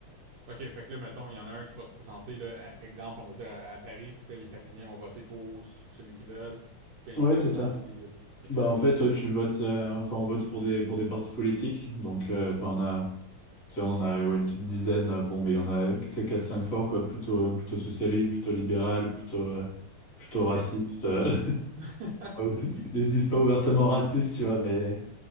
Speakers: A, on the right; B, on the left.
A: OK, fait que là, mettons, il y en a un qui va se présenter, là, à- exemple, on va dire à, à Paris, fait que là, les Parisiens vont voter pour ce- celui qu'ils veulent, puis ainsi
B: Ouais,
A: de suite
B: c'est ça.
A: dans toutes les villes. OK.
B: Bah en fait, toi, tu votes, euh, enfin on vote pour des pour des partis politiques. Donc euh, enfin on a, tu sais, on a ouais, une petite dizaine. euh, Bon, mais il y en a, tu sais, quatre cinq forts quoi, plutôt plutôt socialiste, plutôt libéral, plutôt euh, plutôt
A: OK.
B: raciste. euh,
A: <laughs>
B: Ouais, <laughs> Ils se disent pas ouvertement racistes, tu vois, mais,